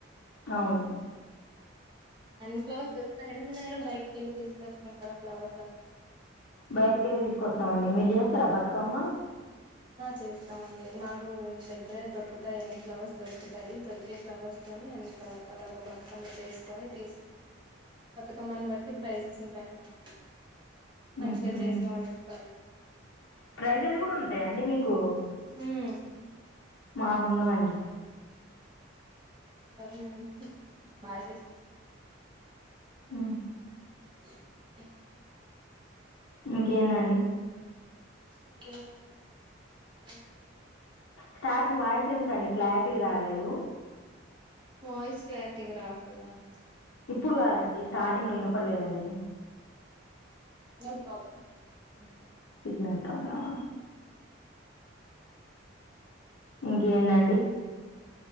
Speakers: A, on the left (about 75°); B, on the right (about 25°).
A: అవును
B: అన్ని ఫ్లవర్స్ దొకుతాయండి మీ దగ్గర బయటికి వెళ్ళి తీసుకొచ్చుకుంటారా ఫ్లవర్స్
A: బయటక వెళ్ళి తీసుకొస్తామండి మీరు చేస్తారా బతుకమ్మ
B: చేస్తామండి మాకు దగ్గరే దొరుకుతాయి అన్ని ఫ్లవర్స్ దొరుకుతాయి దొరికే ఫ్లవర్స్తో అన్ని కలర్ కలర్గా బతుకమ్మ చేసుకొని తీసుక బతుకమ్మని బట్టి ప్రైజెస్ ఉంటాయండి మాకు మంచిగా
A: హుహు.
B: చేసిన వాళ్ళకి <unintelligible>
A: ప్రైజెస్ కూడా ఉంది అంతే అండి మీకు
B: ఉమ్
A: మాకండ వడి
B: అవి మంచిగా బాగా చేసుకుంటం
A: ఆ
B: హ
A: ఇంకేందండి
B: ఇంకా ఇంకా ఇకా
A: స్టార్టింగ్ వాయిస్ ఎందుకండి క్లారిటీ రాలేదు
B: వాయిస్ క్లారిటీకి రావట్లేదాండి
A: ఇప్పుడు కాదండి స్టార్టింగ్ లో వినపడలేదండి
B: ఉహ్ ప్రాబ్లమ్ అయితదండి
A: సిగ్నల్ ప్రాబ్లమా ఇంకేందండి